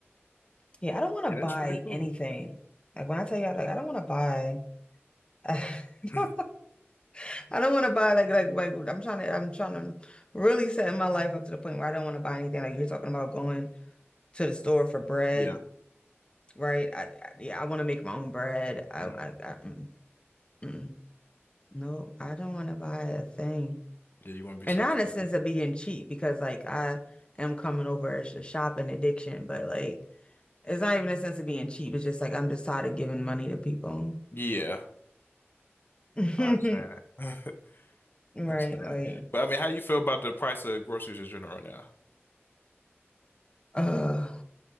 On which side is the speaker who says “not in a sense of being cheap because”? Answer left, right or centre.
Left